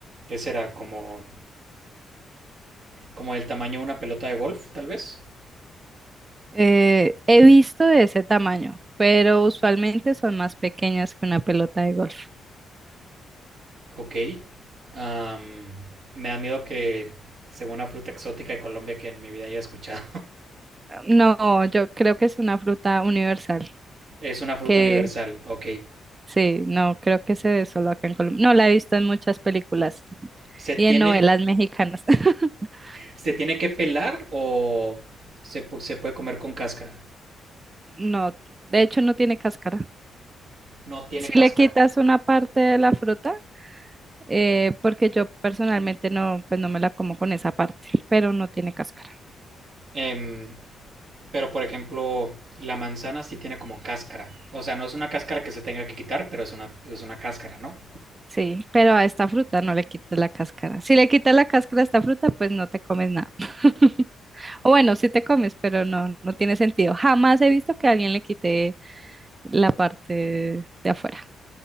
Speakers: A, on the right (about 65°); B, on the right (about 30°).
A: ¿qué será? Como, como del tamaño de una pelota de golf, tal vez.
B: Eh, he visto de ese tamaño, pero usualmente son más pequeñas que una pelota de golf.
A: Ok. Am, me da miedo que sea una fruta exótica de Colombia que en mi vida haya escuchado.
B: No, yo creo que es una fruta universal,
A: Es una fruta
B: que
A: universal, ok.
B: Sí, no, creo que se ve solo acá en Colombia. No, la he visto en muchas películas
A: ¿Se
B: y
A: tiene,
B: en novelas mexicanas. <laughs>
A: se tiene que pelar o se, pu- se puede comer con cáscara?
B: No, de hecho no tiene cáscara.
A: No tiene
B: Si
A: cáscara.
B: le quitas una parte de la fruta, eh, porque yo personalmente no, pues no me la como con esa parte, pero no tiene cáscara.
A: Em, pero por ejemplo, la manzana sí tiene como cáscara. O sea, no es una cáscara que se tenga que quitar, pero es una, es una cáscara, ¿no?
B: Sí, pero a esta fruta no le quitas la cáscara. Si le quitas la cáscara a esta fruta, pues no te comes nada. <laughs> O bueno, sí te comes, pero no, no tiene sentido. Jamás he visto que alguien le quite la parte de afuera.